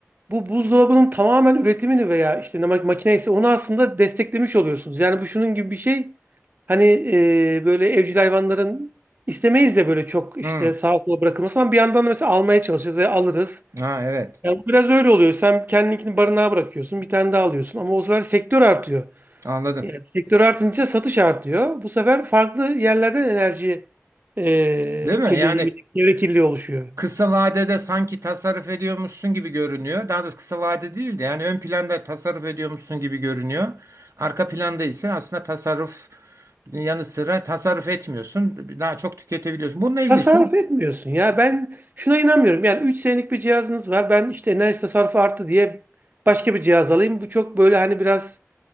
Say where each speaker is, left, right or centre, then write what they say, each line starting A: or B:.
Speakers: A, on the right; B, on the right.
A: bu buzdolabının tamamen üretimini veya işte ne mak- makine ise onu aslında desteklemiş oluyorsunuz. Yani bu şunun gibi bir şey. Hani e, böyle evcil hayvanların istemeyiz ya böyle çok işte
B: Hmm,
A: sağa sola bırakılması ama bir yandan da mesela almaya çalışırız ve alırız.
B: ha evet.
A: Yani bu biraz öyle oluyor. Sen kendininkini barınağa bırakıyorsun, bir tane daha alıyorsun ama o sefer sektör artıyor.
B: Anladım.
A: Yani sektör artınca satış artıyor. Bu sefer farklı yerlerden enerji e,
B: Değil mi?
A: kirliliği,
B: Yani
A: çevre kirliliği oluşuyor.
B: kısa vadede sanki tasarruf ediyormuşsun gibi görünüyor. Daha doğrusu kısa vade değil de yani ön planda tasarruf ediyormuşsun gibi görünüyor. Arka planda ise aslında tasarruf yanı sıra tasarruf etmiyorsun. Daha çok tüketebiliyorsun. Bununla ilgili
A: Tasarruf
B: şimdi
A: etmiyorsun ya. Ben şuna inanmıyorum. Yani 3 senelik bir cihazınız var. Ben işte enerji tasarrufu arttı diye başka bir cihaz alayım. Bu çok böyle hani biraz